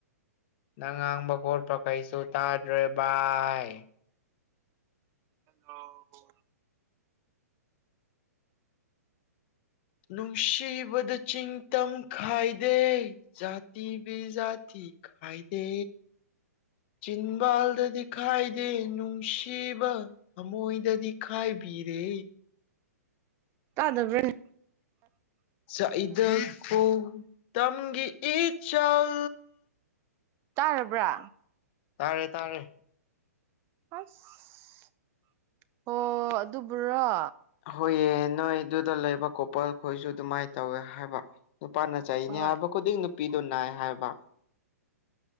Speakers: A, on the left (about 40°); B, on the right (about 30°).
A: ꯅꯪ ꯉꯥꯡꯕ ꯈꯣꯠꯄ ꯀꯩꯁꯨ ꯇꯥꯗ꯭ꯔꯦ ꯕꯥꯏ
B: ꯍꯜꯂꯣ
A: ꯅꯨꯡꯁꯤꯕꯗꯥ ꯆꯤꯡ ꯇꯝ ꯈꯥꯏꯗꯦ ꯖꯥꯇꯤ ꯕꯤ ꯖꯥꯇꯤ ꯈꯥꯏꯗꯦ ꯆꯤꯟꯕꯥꯜꯗꯗꯤ ꯈꯥꯏꯗꯦ ꯅꯨꯡꯁꯤꯕ ꯊꯃꯣꯏꯗꯗꯤ ꯈꯥꯏꯕꯤꯔꯦ꯫
B: ꯇꯥꯗꯕ꯭ꯔꯥꯅꯦ
A: ꯆꯥꯛꯏꯗꯀꫭ ꯇꯝꯒꯤ ꯏꯆꯜ
B: ꯇꯥꯔꯕ꯭ꯔꯥ
A: ꯇꯥꯔꯦ ꯇꯥꯔꯦ
B: ꯑꯁ ꯍꯣ ꯑꯗꯨꯕꯨꯔꯣ
A: ꯍꯣꯏꯌꯦ ꯅꯣꯏ ꯑꯗꯨꯗ ꯂꯩꯕ ꯀꯣꯄꯜ ꯈꯣꯏꯁꯨ ꯑꯗꯨꯃꯥꯏ ꯇꯧꯋꯦ ꯍꯥꯏꯕ ꯅꯨꯄꯥꯅ ꯆꯩꯅꯤ
B: ꯍꯣꯏ
A: ꯍꯥꯏꯕ ꯈꯨꯗꯤꯡ ꯅꯨꯄꯤꯗꯣ ꯅꯥꯏ ꯍꯥꯏꯕ